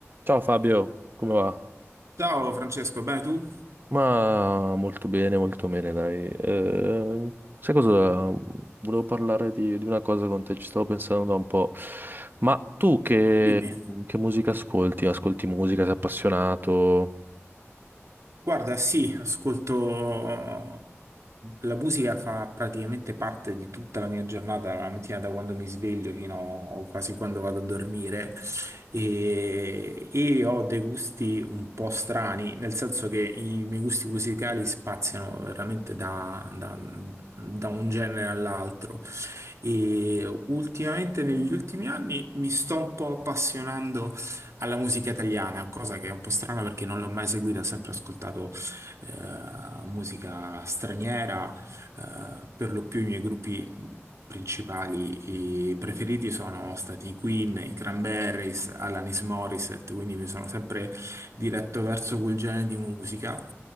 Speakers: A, on the right; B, on the right.
A: Ciao Fabio, come va?
B: Ciao Francesco, bene tu?
A: Ma molto bene, molto bene, dai. Eh, sai cosa? Volevo parlare di, di una cosa con te, ci stavo pensando da un po'. Ma tu che,
B: Dimmi.
A: che musica ascolti? Ascolti musica, sei appassionato?
B: Guarda, sì, ascolto... La musica fa praticamente parte di tutta la mia giornata, la mattina da quando mi sveglio fino a quasi quando vado a dormire e, e ho dei gusti un po' strani, nel senso che i miei gusti musicali spaziano veramente da, da- da un genere all'altro e ultimamente negli ultimi anni mi sto un po' appassionando alla musica italiana, cosa che è un po' strana perché non l'ho mai seguita, ho sempre ascoltato eh, musica straniera, eh, per lo più i miei gruppi principali e preferiti sono stati i Queen, i Cranberries, Alanis Morissette, quindi mi sono sempre diretto verso quel genere di musica.